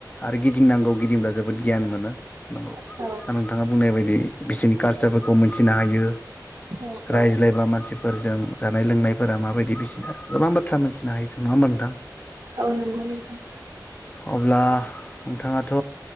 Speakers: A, on the left; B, on the right.
A: आरो गिदिंनांगौ गिदिंब्ला जोबोद गियान मोनो। नोंगौ।
B: औ
A: दा नोंथाङा बुंनाय बायदि बिसोरनि कालसारफोरखौ मोनथिनो हायो।
B: औ औ
A: रायज्लायबा मानसिफोरजों जानाय लोंनायफोरा माबायदि बिसिना गोबां बाथ्रा मिथिनो हायो। नङा होमबा नोंथां?
B: औ नंगौ नोंथां।
A: अब्ला नोंथाङाथ'